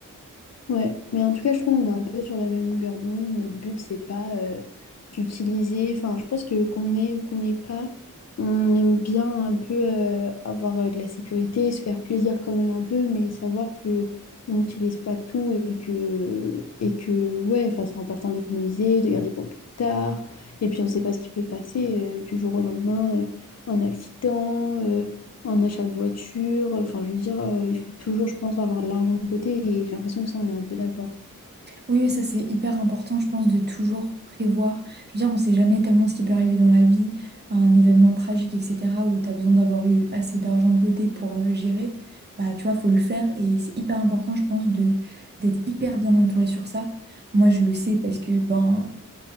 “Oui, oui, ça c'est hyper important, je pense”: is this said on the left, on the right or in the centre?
Right